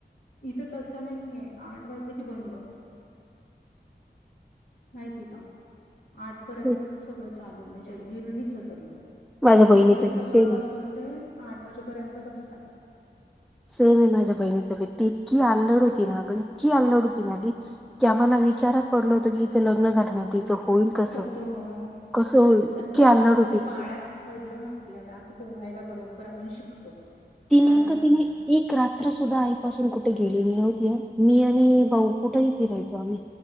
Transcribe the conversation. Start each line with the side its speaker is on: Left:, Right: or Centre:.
Left: इथं तसं नाहीये आठ वाजलं की बंद माहिती का आठपर्यंतच
Centre: तेच.
Left: सगळं चालू म्हणजे गिरणीचं तरी
Centre: माझ्या बहिणीच
Left: दिवसभर
Centre: बी
Left: सकाळपासून
Centre: सेम आहे
Left: ते आठ वाजेपर्यंतच असतात
Centre: सेम आहे माझ्या बहिणीच बी ती इतकी आल्लड होती ना अ गं इतकी आल्लड होती ना ती, की आम्हाला विचारात पडल होत की हिच लग्न झालं हो तिचं होईल कस
Left: कसं हो
Centre: कसं होईल
Left: तसंच
Centre: इतकी
Left: असतं
Centre: आल्लड
Left: ग
Centre: होती
Left: ते पाण्यात
Centre: ती
Left: पडलो ना आपल्याला की पोहायला बरोबर आपण शिकतो.
Centre: ती नेमकं
Left: काहीही म्हण
Centre: तिने एक रात्र सुद्धा आईपासून कुठे गेलेली नव्हती मी आणि भाऊ कुठेही फिरायचो आम्ही